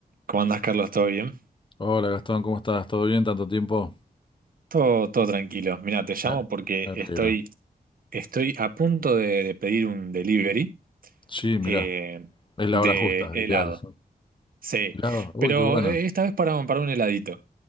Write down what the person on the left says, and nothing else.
Hola Gastón, ¿cómo estás? ¿Todo bien? ¿Tanto tiempo?
Me
me alegro.
Sí, mirá,
es la
hora justa,
ideal.
¿Helado? Uy,
qué bueno.